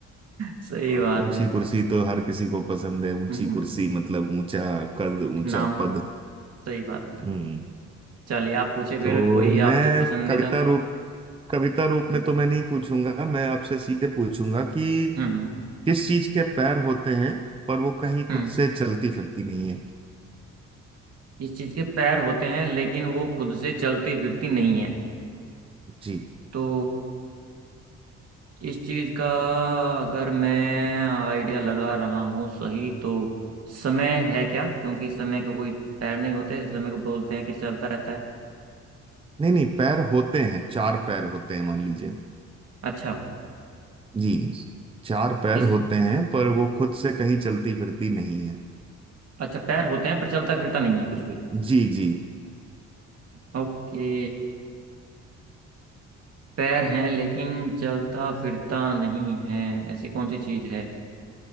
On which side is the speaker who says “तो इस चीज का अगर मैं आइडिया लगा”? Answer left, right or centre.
Right